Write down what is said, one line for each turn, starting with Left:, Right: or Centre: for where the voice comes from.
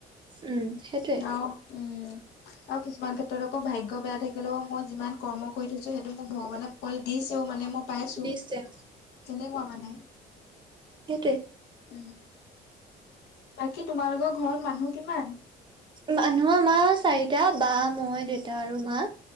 Right: উম, সেইটোৱেই।
Left: অ' উম, আৰু কিছুমান ক্ষেত্ৰত আকৌ ভাগ্য বেয়া থাকিলেও মই যিমান কৰ্ম কৰি থৈছোঁ সেইটো মোক ভগৱানে ফল দিছেও মানে মই পাইছোঁ,
Right: নিশ্চয়
Left: তেনেকুৱা মানে।
Right: সেইটোৱেই।
Left: উম। বাকী তোমালোকৰ ঘৰত মানুহ কিমান?
Right: মানুহ আমাৰ চাৰিটা। বা, মই, দেউতা আৰু মা।